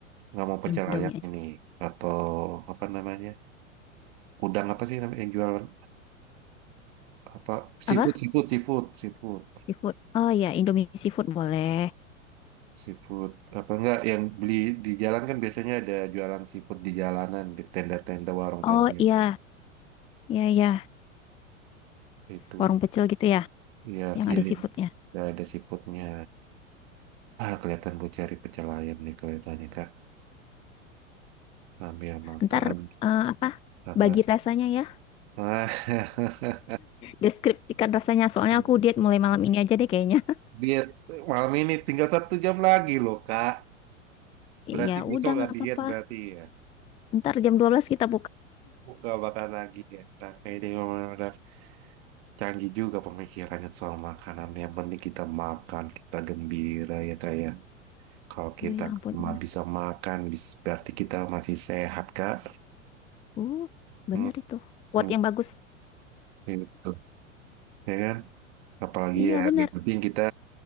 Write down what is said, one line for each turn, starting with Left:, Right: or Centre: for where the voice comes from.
Right: Nggak mau pecel
Left: Indomie
Right: ayam
Left: aja.
Right: ini atau apa namanya? Udang apa sih namanya yang jualan apa seafood
Left: apa?
Right: seafood seafood seafood
Left: Seafood. Oh iya, Indomie seafood boleh.
Right: seafood apa enggak yang beli di jalan kan biasanya ada jualan seafood di jalanan di tenda-tenda warung
Left: Oh
Right: tenda
Left: iya, iya iya,
Right: itu
Left: warung pecel gitu ya
Right: ya
Left: yang
Right: sejenis
Left: ada seafoodnya.
Right: ya, ada seafoodnya ah kelihatan gue cari pecel ayam nih kelihatannya kak ambil makan
Left: Ntar eh, apa?
Right: apa
Left: Bagi rasanya ya.
Right: ah
Left: deskripsikan rasanya. Soalnya
Right: <laughs>
Left: aku diet mulai malam ini aja deh kayaknya.
Right: diet malam ini tinggal satu jam lagi loh, Kak.
Left: <laughs>
Right: Berarti
Left: ya
Right: besok
Left: udah
Right: nggak
Left: nggak
Right: diet
Left: apa-apa.
Right: berarti ya.
Left: Ntar jam dua belas kita buka.
Right: Buka makan lagi ya. Nah, kayak dia memang udah canggih juga pemikirannya soal makanan. Yang penting kita makan, kita gembira ya kayak. Kalau
Left: Aduh,
Right: kita
Left: ya ampun.
Right: cuma
Left: Iya.
Right: bisa makan, bis- berarti kita masih sehat, Kak.
Left: Uh, bener
Right: Hmm,
Left: itu. Quote
Right: hmm,
Left: yang bagus.
Right: gitu. Ya kan? Apalagi
Left: Iya,
Right: ya,
Left: bener.
Right: yang penting kita